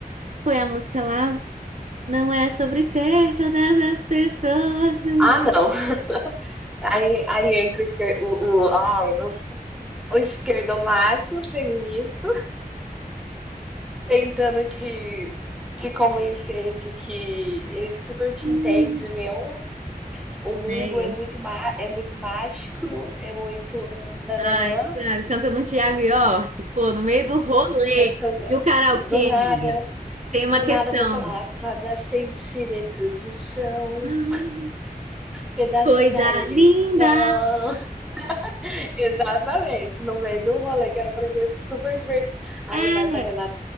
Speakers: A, on the right; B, in the centre.
A: põe a música lá. Não é sobre ter todas as pessoas do
B: Ah,
A: mundo.
B: não. <laughs> Aí aí entra o esquer o o ai, nos o esquerdomacho feminista. Tentando te te convencer de que ele super te
A: Hum,
B: entende meu o mundo
A: É
B: é muito
A: isso.
B: má é muito mágico, é muito nananã
A: Ai, sabe,
B: nã
A: cantando um Tiago York, pô, no meio do rolê.
B: canta
A: E o karaokê,
B: do nada
A: amiga? Tem uma
B: do
A: questão.
B: nada vai, sei lá, cada centímetro de chão,
A: Hum,
B: pedaço
A: coisa
B: da imensidão.
A: linda!
B: <laughs> Exatamente, no meio do rolê que era pra ser super divertido. Aí
A: É,
B: vai pra Renata